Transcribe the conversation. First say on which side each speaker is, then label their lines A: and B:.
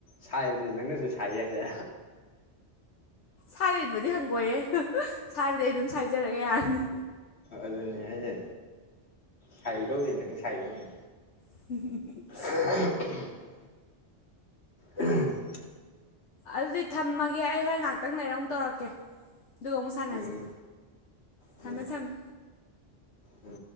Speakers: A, on the left; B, on the left.
A: ꯁꯥꯏꯕꯗꯨꯗꯤ ꯅꯪꯅꯁꯨ ꯁꯥꯏ ꯌꯥꯏꯗ
B: ꯁꯥꯏꯔꯏꯟꯕꯗꯤ ꯍꯪꯒꯣꯏꯌꯦ ꯁꯥꯏꯕꯗꯤ ꯑꯩ ꯑꯗꯨꯝ ꯁꯥꯏꯖꯔꯒꯦ ꯌꯥꯔꯅꯤ
A: ꯑꯗꯨꯅꯤ ꯑꯩꯅ ꯁꯥꯏꯒꯗꯧꯅꯤ ꯅꯪ ꯁꯥꯏꯗꯧꯅꯦ
B: <unintelligible>
A: <unintelligible> ꯎꯝ <unintelligible>
B: ꯑꯗꯨꯗꯤ ꯊꯝꯃꯒꯦ ꯑꯩ ꯍꯣꯔꯦꯟ ꯉꯥꯛꯇꯪ ꯂꯩꯔ ꯑꯃꯨꯛ ꯇꯧꯔꯛꯀꯦ꯫ ꯗꯨꯒ ꯃꯨꯛ ꯁꯥꯟꯅꯁꯦ
A: ꯎꯝ ꯎꯝ
B: ꯊꯝꯃꯦ
A: ꯎꯝ
B: ꯊꯝꯃꯦ꯫
A: ꯎꯝ